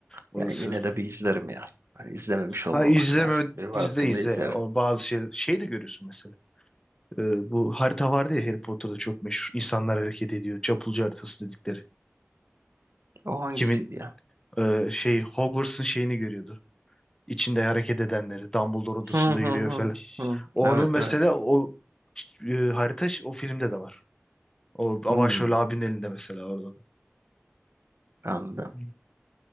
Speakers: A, on the left (about 15°); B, on the right (about 65°).
A: orası.
B: Yani yine de bir izlerim ya. Hani izlememiş olmamak
A: Ha izleme
B: lazım. Bir vaktimde
A: izle izle
B: izlerim.
A: ya. O bazı şey şey de görüyorsun mesela. Ee, bu harita vardı ya Harry Potter'da çok meşhur. İnsanlar hareket ediyor. Çapulcu haritası dedikleri.
B: O hangisiydi
A: Kimin
B: ya?
A: e, şey Hogwarts'ın şeyini görüyordu. İçinde hareket edenleri. Dumbledore odasında
B: Hı hı
A: yürüyor
B: hı.
A: falan.
B: hı.
A: Onun
B: Evet
A: mesela
B: evet.
A: o e, harita ş- o filmde de var. O
B: Hı,
A: başrol abinin elinde mesela orada da.
B: anladım.
A: Hı.